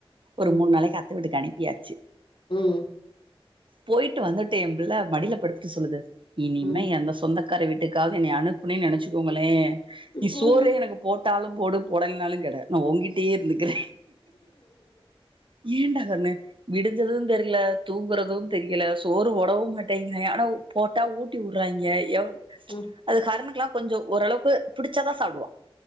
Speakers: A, on the right; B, on the left.
A: ஒரு
B: ம்
A: மூண் நாளைக்கு அத்த வீட்டுக்கு அனிப் பியாச்சு
B: ம்
A: போயிட்டு வந்துட்டு எம் புள்ள மடில படுத்துட்டு சொல்லுது இனிமே
B: ம்
A: எந்த சொந்தக் காரி வீட்டுக் எங்காவது என்னைய அனுப்புனின் நெனச்சுக்கோங்களே நீ
B: ம்
A: சோறே எனக்கு போட்டாலும் போடு போடலினாலும் கடு நா ஊங்கிட்டியே இருந்துக்குற ஏன்டா கன்னு விடுஞ்சதும் தெரில தூங்குறதும் தெரியல சோறு போடவும் மாட்டேங்கிறாங்க ஆனா போட்டா ஊட்டி உடுறாங்கே எவ்
B: ம்
A: அது கர்ணுக்கெல்லா கொஞ்சோ ஓரளவுக்கு புடுச்சதா சாப்புடுவோ